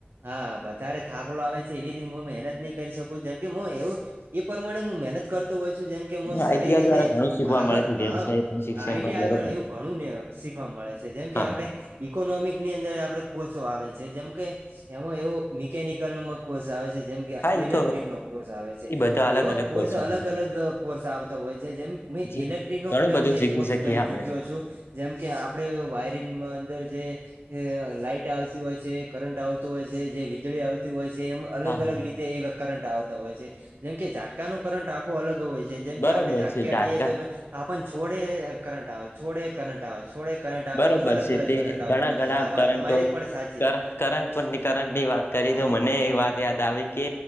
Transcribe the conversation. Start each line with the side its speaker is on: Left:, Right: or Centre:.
Right: હા, વધારે થાકલો આવે છે એવી રીત મુ મહેનત ની કરી શકું. જેમ કે, મુ એવું એ પરમાણે મુ મહેનત કરતો હોય છું, જેમ કે મુ સારી
Left: આઈટીઆઈ
Right: રીતે
Left: દ્વારા ઘણું શીખવા
Right: આગળ
Left: મળે છે
Right: અ
Left: વ્યવસાય પણ શિક્ષણ
Right: આઈટીઆઈ
Left: પણ
Right: આગળ
Left: બરોબર
Right: એવું ઘણું ને શીખવા મળે છે. જેમ કે,
Left: હા
Right: આપણે ઈકોનોમિકની અંદર આપડે કોર્સો આવે છે. જેમ કે, એમાં એવો મિકેનિકલનો મ કોર્ષ આવે જેમ કે
Left: હા એ
Right: ઇલેક્ટ્રિકનો
Left: તો
Right: કોર્સ આવે છે,
Left: એ બધા અલગ
Right: એવો
Left: અલગ
Right: કોર્સ
Left: કોર્સો
Right: અલગ-અલગ
Left: આવે
Right: કોર્સ આવતો હોય છે. જેમ, મે
Left: જે
Right: ઇલેક્ટ્રિકનો
Left: ઘણું
Right: મે
Left: બધું
Right: પણ
Left: શીખી
Right: એક કોર્સ
Left: શકીએ
Right: કરી
Left: આપણે
Right: ચુક્યો છું. જેમ કે, આપડે વાયરિંગમાં અંદર જે અ લાઈટ આવતી હોય છે કરંટ આવતું હોય છે જે વીજળી આવતી હોય છે એમ અલગ
Left: હા હા
Right: અલગ રીતે એ કરંટ આવ તા હોય છે જેમ કે ઝાટકાનો કરંટ આખો અલગ હોય જેમ
Left: બરોબર
Right: કે આપડે ઝાટકે
Left: છે જાત
Right: હડીએ તો આપણ છોડે કરંટ આવે છોડે કરંટ આવે છોડે કરંટ આવે
Left: બરોબર
Right: એમ અલગ
Left: છે
Right: અલગ
Left: તે
Right: કરંટ આવતો
Left: ઘણા
Right: હોય
Left: ઘણા
Right: છે હા વાત
Left: કરંટો
Right: તમારી પણ સાચી
Left: કરંટની કરંટ ની વાત કરી તો મને એ વાત યાદ આવી કે